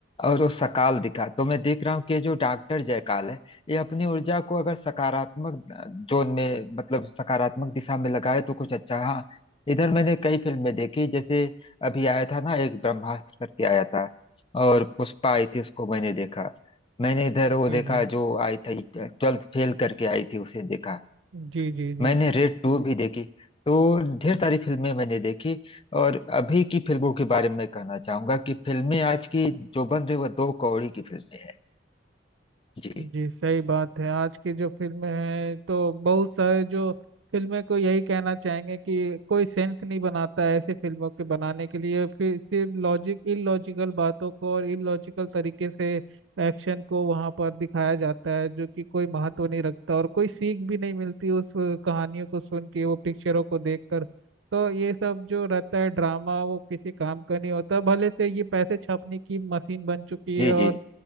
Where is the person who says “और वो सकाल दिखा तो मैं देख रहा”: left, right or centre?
Left